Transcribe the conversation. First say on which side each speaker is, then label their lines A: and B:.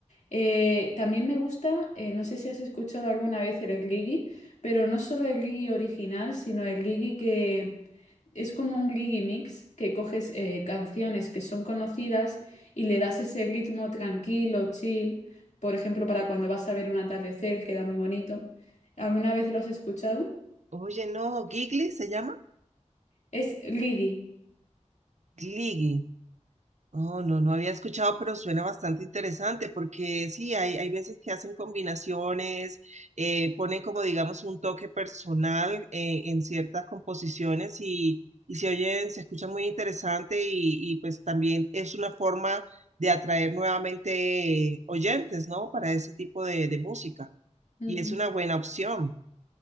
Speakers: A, on the left; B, on the right.
A: Eh, también me gusta, eh, no sé si has escuchado alguna vez el Gligi, pero no solo el Gligi original, sino el Gligi que es como un Gligi mix, que coges eh, canciones que son conocidas y le das ese ritmo tranquilo, chill, por ejemplo, para cuando vas a ver un atardecer, queda muy bonito. ¿Alguna vez lo has escuchado?
B: oye, no, Gigli se llama
A: Es Gligi.
B: Gliggy. Oh, no, no había escuchado, pero suena bastante interesante porque sí, hay, hay veces que hacen combinaciones, eh, ponen como digamos un toque personal eh, en ciertas composiciones y, y se oyen, se escucha muy interesante y, y pues también es una forma de atraer nuevamente eh, oyentes, ¿no? Para ese tipo de, de música
A: Ujú.
B: y es una buena opción.